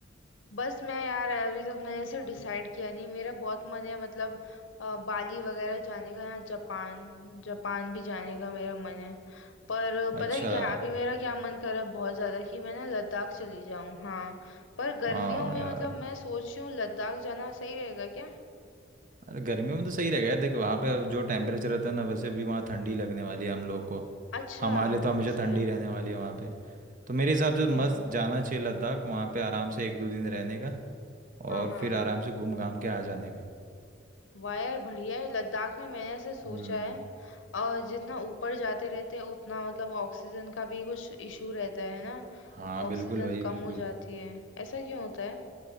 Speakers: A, on the left; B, on the right.
A: बस मैं यार अभी तक मैंने ऐसे डिसाइड किया नहीं मेरा बहुत मन है मतलब अ, बाली वगैरह जाने का या जापान जापान भी जाने का मेरा मन है पर
B: अच्छा
A: पता है क्या अभी मेरा क्या मन कर रहा है बहुत ज्यादा कि मैं ना लद्दाख चली जाऊं हाँ पर गर्मियों
B: हाँ
A: में
B: यार
A: मतलब मैं सोच रही हूँ लद्दाख जाना सही रहेगा क्या
B: अरे गर्मियों में तो सही रहेगा यार देख वहाँ पे जो टेम्परेचर रहता है ना वैसे भी वहाँ ठंडी लगने वाली है हम लोग को
A: अच्छा
B: हमारे लिए तो हमेशा
A: ऐसा
B: ठंडी
A: है
B: रहने वाली है वहाँ पे तो मेरे हिसाब
A: ये
B: से
A: तो
B: मस्त
A: है
B: जाना चाहिए लद्दाख वहाँ पे आराम से एक दो दिन रहने का
A: हाँ
B: और
A: हाँ
B: फिर आराम से घूम घाम के आ जाने का
A: वाह यार बढ़िया है लद्दाख में मैंने ऐसे सोचा
B: हम्म
A: है और जितना ऊपर जाते रहते हैं उतना मतलब ऑक्सीजन का भी कुछ इशू रहता है ना
B: हाँ बिल्कुल
A: ऑक्सीजन
B: भाई
A: कम
B: बिल्कुल
A: हो जाती है ऐसा क्यों होता है